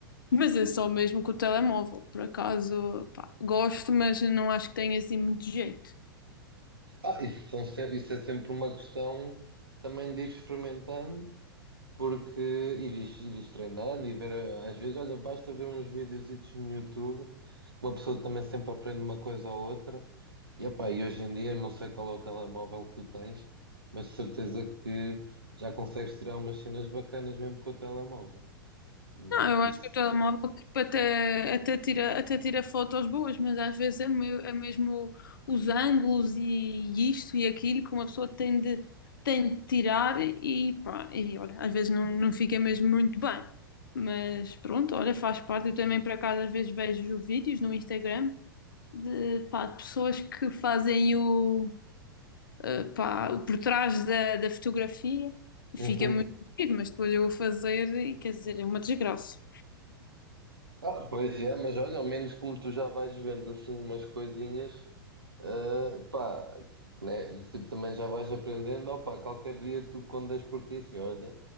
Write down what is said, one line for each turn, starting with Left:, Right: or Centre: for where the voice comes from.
Left: Mas é só mesmo com o telemóvel, por acaso, pá, gosto, mas não acho que tenha assim muito jeito.
Right: Ah, isso, são se- isso é sempre uma questão também de ir experimentando, porque e de ir, de treinando e ver, eh, às vezes, olha, basta ver uns videozitos no YouTube, uma pessoa também sempre aprende uma coisa ou outra, e, epá, e hoje em dia, não sei qual é o telemóvel que tu tens, mas de certeza que já consegues tirar umas cenas bacanas mesmo com o telemóvel. Hum,
Left: Não, eu
Right: Isso.
Left: acho que o telemóvel tipo, até, até tira, até tira fotos boas, mas às vezes é, me- é mesmo os ângulos e isto e aquilo que uma pessoa tem de, tem de tirar e pá, e olha, às vezes não, não fica mesmo muito bem. Mas pronto, olha, faz parte. Eu também por acaso às vezes vejo vídeos no Instagram de, pá, de pessoas que fazem o, eh, pá, o por trás da, da fotografia e
Right: é
Left: fica
Right: Uhum.
Left: muito bonito, mas depois eu vou fazer e quer dizer, é uma desgraça.
Right: Ah, pois é, mas olha, ao menos como tu já vais vendo assim umas coisinhas, ah, pá, né? Tipo, também já vais aprendendo, opá, qualquer dia tu quando das por ti assim, olha,